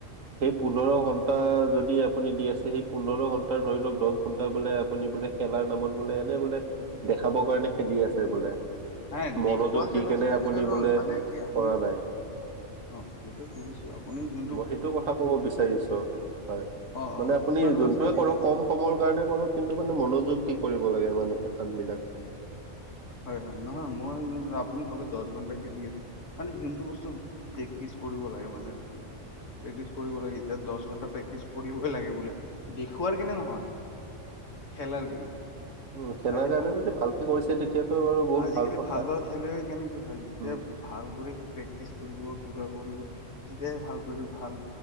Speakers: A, on the right; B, on the left.
A: সেই পোন্ধৰ ঘন্টা যদি আপুনি দি আছে সেই পোন্ধৰ ঘন্টা ধৰি লওক দছ ঘন্টা বোলে আপুনি বোলে খেলাৰ নামত বোলে এনে বোলে দেখাবৰ কাৰণে খেলি আছে বোলে।
B: হে!
A: মনোযোগ
B: দেখুওৱা খেলাটো
A: দি কেনে
B: বেলেগ
A: আপুনি
B: আৰু
A: বোলে
B: মানে কি আপুনি
A: কৰা নাই
B: অ সেইটো বুজিছো। আপুনি যো
A: মই সেইটো কথা ক'ব বিচাৰিছো হয়
B: অ অ
A: মানে
B: বহুত
A: আপুনি
B: মানুহ
A: যোনটোয়ে
B: আছে আজিকালি
A: কৰক কম সময়ৰ কাৰণে কৰক কিন্তু মানে মনোযোগ দি কৰিব লাগে মানুহে কামবিলাক।
B: হয় হয়, নহয় মই যোনটো আপুনি কলে দছঘন্টা খেলি আছে। মানে যোনটো বস্তু প্ৰেক্টিচ কৰিব লাগে মানে প্ৰেক্টিচ কৰিব লাগে এতিয়া দছ ঘণ্টা প্ৰেক্টিচ কৰিবই লাগে বুলে, দেখুুৱাৰ কেনে হয় খেল আৰু কেনে?
A: উম খেলাৰ
B: আজি
A: কাৰণে
B: ভাল
A: যদি ভালকে কৰিছে তেতিয়াটো বাৰু বহুত
B: আজিকালি
A: কথা
B: ভাল - ভাল খেলুৱৈ কেনেকে হয়? যেতিয়া
A: উম
B: ভাল কৰি প্ৰেক্টিচ কৰিব, কিবা কৰিব তেতিয়াহে ভাল কৰি ভাল